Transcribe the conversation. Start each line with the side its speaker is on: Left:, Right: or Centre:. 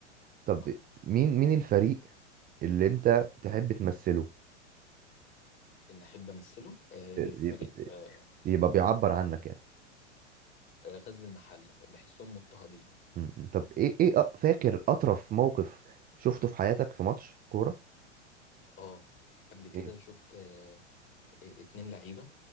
Right: طب
Left: صح
Right: مين مين الفريق اللي انت تحب تمثله
Left: ان احب امثله آه
Right: يبقى
Left: فريق آه
Right: يبقى بيعبر عنك يعني
Left: آه غزل المحله بحسهم مضطهدين
Right: م- م. طب ايه ايه أ- فاكر اطرف موقف شفته في حياتك في ماتش كوره
Left: اه قبل كده
Right: ايه
Left: شفت آه آه، اتنين لعيبه